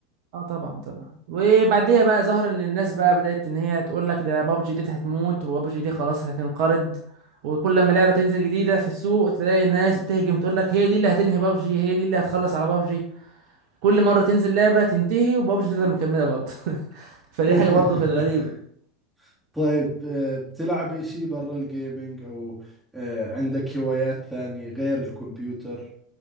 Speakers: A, on the right; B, in the centre.
A: اه طبعا طبعا وبعديها بقى ظهر ان الناس بقى بدات ان هي تقول لك ده بابجي دي هتموت وبابجي دي خلاص هتنقرض وكل ما لعبه تنزل جديده في السوق تلاقي الناس بتهجم تقول لك هي دي اللي هتنهي بابجي هي دي اللي هتخلص على بابجي كل مره تنزل لعبه تنتهي وبابجي تفضل مكمله برضه <laughs> فدي
B: <laughs>
A: حاجه برضه كانت غريبه
B: طيب آه، بتلعب اشي برا الجيمينج او آه، عندك هوايات ثانية غير الكمبيوتر